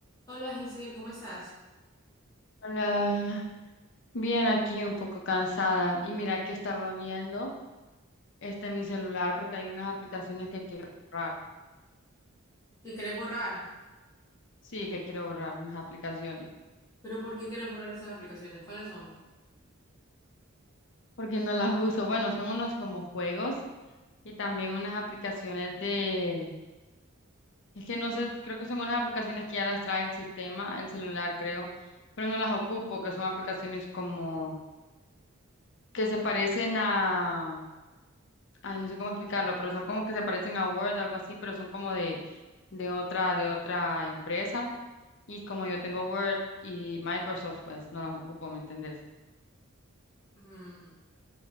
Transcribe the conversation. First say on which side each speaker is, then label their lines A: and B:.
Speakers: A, on the left; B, on the left.
A: Hola Giselle, ¿cómo estás?
B: Hola, bien aquí un poco cansada y mira que estaba viendo este mi celular porque hay unas aplicaciones que quiero borrar.
A: ¿Qué querés borrar?
B: Sí, que quiero borrar unas aplicaciones
A: ¿Pero por qué querés borrar esas aplicaciones? ¿Cuáles son?
B: porque no las uso. Bueno, son unos como juegos y también unas aplicaciones de es que no sé, creo que son unas aplicaciones que ya las trae el sistema, el celular creo, pero no las ocupo, que son aplicaciones como que se parecen a ay, no sé cómo explicarlo, pero son como que se parecen a Word, algo así, pero son como de de otra, de otra empresa y como yo tengo Word y Microsoft, pues no las ocupo, ¿me entendés?
A: Mm,